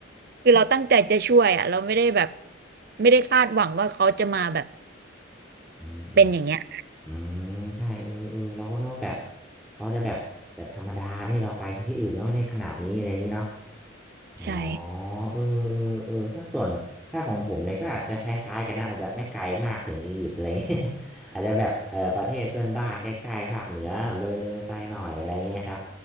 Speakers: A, on the right; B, in the centre.
A: คือเราตั้งใจจะช่วยอ่ะเราไม่ได้แบบไม่ได้คาดหวังว่าเขาจะมาแบบ
B: อืมอืม
A: เป็นอย่างเงี้ย
B: อืม ใช่เออเออเราก็นึกว่าแบบ เขาจะแบบ แบบธรรมดาที่เราไปที่อื่นก็ไม่ได้ขนาดนี้อะไรอย่างนี้เนาะ อ๋อ
A: ใช่
B: เออเออเออถ้าส่วนถ้าของผมเนี่ยก็อาจจะคล้ายๆกันนะอาจจะไม่ไกลมากถึงอียิปต์อะไรเงี้ย <laughs> อาจจะแบบเออประเทศเพื่อนบ้านใกล้ๆภาคเหนือเลยเลยไปหน่อยอะไรเงี้ยครับ